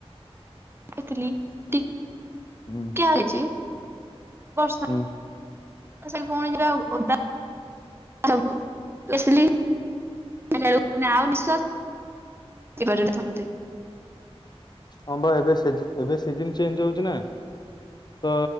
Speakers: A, on the right (about 20°); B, on the left (about 40°).
A: <unintelligible>
B: ହୁଁ।
A: <unintelligible> ବର୍ଷା
B: ହୁଁ
A: <unintelligible> <unintelligible> ମାନେ ଆଉ <unintelligible> <unintelligible>
B: ହଁ ବା ଏବେ ସିଜି ଏବେ ସିଜିନ ଚେଞ୍ଜ ହୋଉଚି ନା ତ